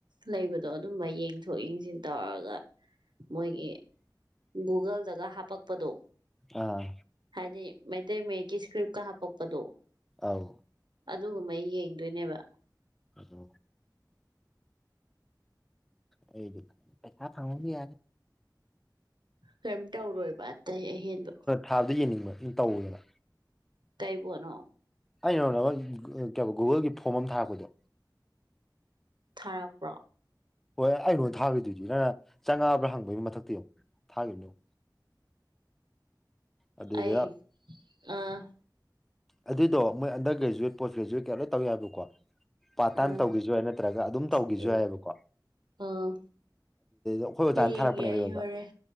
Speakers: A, on the right (about 75°); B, in the centre.
A: ꯂꯩꯕꯗꯣ ꯑꯗꯨꯝꯕ ꯌꯦꯡꯗꯣꯏ ꯏꯟꯊꯣꯛ ꯏꯟꯁꯤꯟ ꯇꯧꯔꯒ ꯃꯣꯏꯒꯤ ꯒꯨꯒꯜꯗꯒ ꯍꯥꯄꯛꯄꯗꯣ
B: ꯑꯥ
A: ꯍꯥꯏꯗꯤ ꯃꯩꯇꯩ ꯃꯌꯦꯛꯀꯤ ꯏꯁꯀ꯭ꯔꯤꯞꯀ ꯍꯥꯞꯄꯛꯄꯗꯣ꯫
B: ꯑꯥꯎ
A: ꯑꯗꯨꯒꯨꯝꯕꯩ ꯌꯦꯡꯗꯣꯏꯅꯦꯕ
B: ꯑꯗꯨ ꯑꯩꯗꯨ ꯄꯦꯁꯥ ꯊꯥꯥꯎꯅꯤ ꯌꯥꯔ
A: ꯀꯩ ꯇꯧꯔꯣ ꯏꯕ ꯑꯇꯩ ꯑꯍꯦꯟꯕ
B: ꯊꯥꯗ ꯌꯦꯡꯅꯤꯡꯕ ꯏꯟ ꯇꯧꯋꯦꯕ꯫
A: ꯇꯩꯄꯣꯠꯅꯣ
B: ꯑꯩꯅ ꯀꯣ ꯅꯪꯉꯣꯟ ꯀꯩꯕ ꯒꯨꯒꯜꯒꯤ ꯐꯣꯝ ꯑꯃ ꯊꯥꯔꯛꯄꯗꯣ
A: ꯊꯥꯔꯛꯄ꯭ꯔꯣ
B: ꯍꯣꯏ ꯑꯩ ꯅꯉꯣꯟꯗ ꯊꯥꯈꯤꯗꯣꯏꯗꯨ ꯅꯪꯅ ꯆꯪꯉꯥꯕ꯭ꯔꯥ ꯍꯪꯕꯒꯤ ꯃꯊꯛꯇ ꯌꯦꯡꯎ ꯊꯥꯈꯤꯕꯅꯦ꯫ ꯑꯗꯨꯗ
A: ꯑꯩ ꯑꯥ
B: ꯑꯗꯨꯗꯣ ꯃꯣꯏ ꯑꯟꯗꯔ ꯒ꯭ꯔꯦꯖꯨꯋꯦꯠ ꯄꯣꯁ ꯒ꯭ꯔꯦꯖꯨꯋꯦꯠ ꯀ ꯂꯣꯏ ꯇꯧ ꯌꯥꯏꯕꯀꯣ ꯄꯥꯠ ꯇꯥꯏꯝ
A: ꯑꯥ
B: ꯇꯧꯒꯦꯖꯨ ꯌꯥꯏ ꯅꯠꯇ꯭ꯔꯒ ꯑꯗꯨꯝ ꯇꯧꯒꯦꯖꯨ
A: ꯑꯩ
B: ꯌꯥꯏꯑꯑꯦꯕꯀꯣ
A: ꯑꯥ
B: ꯑꯩꯈꯣꯏ ꯑꯣꯖꯥꯅ
A: ꯌꯦꯡꯒꯦ
B: ꯊꯥꯔꯛꯄꯅꯦꯕ
A: ꯑꯩ
B: ꯑꯩꯉꯣꯟꯗ
A: ꯍꯣꯔꯦꯟ